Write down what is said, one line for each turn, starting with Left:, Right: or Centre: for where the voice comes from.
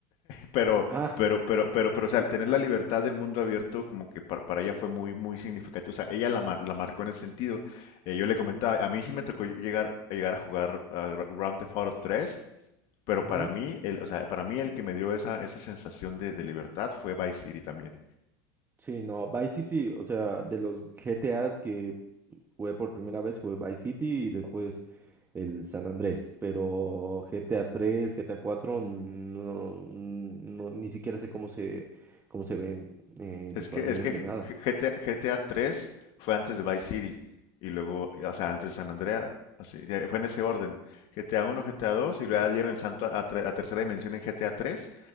Left: pero,
Right: Ah,
Left: pero, pero, pero, pero, o sea, tener la libertad del mundo abierto como que para, para ella fue muy, muy significativo. O sea, ella la, mar- la marcó en ese sentido. Eh, yo le comentaba, a mí sí me tocó llegar, llegar a jugar a Gra- Grand Theft Auto 3, pero
Right: ujú.
Left: para mí, el, o sea, para mí el que me dio esa, esa sensación de, de libertad fue Vice City también.
Right: Sí, no, Vice City, o sea, de los GTAs que jugué por primera vez fue Vice City y después el San Andrés, pero GTA 3, GTA 4, no, no, ni siquiera sé cómo se, cómo se ven eh,
Left: Es
Right: visualmente,
Left: que, es que G-
Right: nada.
Left: G- GTA, 3 fue antes de Vice City y luego, o sea, antes de San Andreas, así, eh, fue en ese orden. GTA 1, GTA 2 y luego ya dieron el santo a, a tre- a tercera dimensión en GTA 3